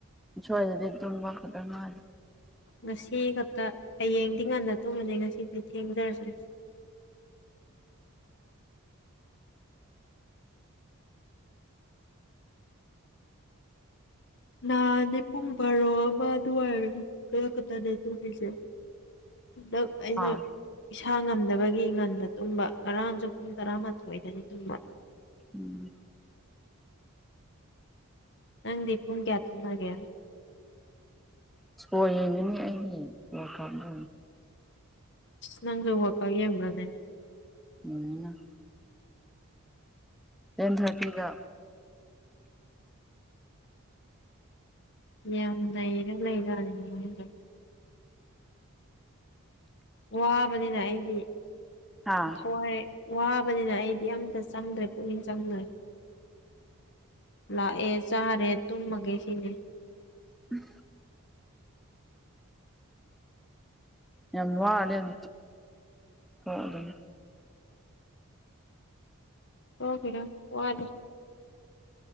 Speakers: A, in the centre; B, on the left (about 50°).
A: ꯁꯣꯏꯗꯗꯤ ꯇꯨꯝꯕ ꯈꯛꯇꯪ ꯉꯥꯏꯔꯦ꯫
B: ꯉꯁꯤ ꯈꯛꯇ ꯍꯌꯦꯡꯗꯤ ꯉꯟꯅ ꯇꯨꯝꯃꯅꯤ ꯉꯁꯤꯗꯤ ꯊꯦꯡꯖꯔꯁꯅꯨ ꯅꯍꯥꯟ ꯅꯤ ꯄꯨꯡ ꯕꯥꯔꯣ ꯑꯃ ꯑꯗꯨꯋꯥꯏ ꯈꯛꯇꯅꯦ ꯇꯨꯔꯤꯁꯦ꯫ ꯍꯟꯗꯛ ꯑꯩꯅ
A: ꯑꯥ
B: ꯏꯁꯥ ꯏꯁꯥ ꯉꯝꯗꯕꯒꯤ ꯉꯟꯗ ꯇꯨꯝꯕ ꯉꯔꯥꯡꯁꯨ ꯄꯨꯡ ꯇꯔꯥꯃꯥꯊꯣꯏꯗꯗꯤ ꯇꯨꯝꯕ꯫
A: ꯎꯝ
B: ꯅꯪꯗꯤꯄꯨꯝ ꯀꯌꯥꯇ ꯂꯒꯦ
A: ꯏꯁꯄꯣꯔ ꯌꯦꯡꯉꯅꯤ ꯑꯩꯒꯤ ꯀꯥꯞꯗ
B: ꯅꯪꯖ ꯋꯥꯀ ꯌꯦꯡꯕ꯭ꯔꯥꯅꯦ
A: ꯎꯝ ꯇꯦꯟ ꯊꯥꯔꯇꯤꯗ
B: ꯌꯥꯝ ꯂꯩꯔ ꯂꯩꯔꯅꯤꯅꯦꯗ ꯋꯥꯕꯅꯤꯅ ꯑꯩꯗꯤ
A: ꯍꯥ
B: ꯊꯋꯥꯏ ꯋꯥꯕꯅꯤꯅ ꯑꯩꯗꯤ ꯑꯝꯇ ꯆꯪꯗ꯭ꯔꯦ ꯄꯨꯛꯅꯤꯡ ꯆꯪꯗ꯭ꯔꯦ ꯂꯥꯛꯑꯦ ꯆꯥꯔꯦ ꯇꯨꯝꯃꯒꯦ ꯁꯤꯅꯦ
A: ꯎꯝ ꯌꯥꯝꯃ ꯑ ꯑꯗꯨ ꯑꯗꯨꯝ
B: ꯍ ꯀꯅꯣ ꯋꯥꯗ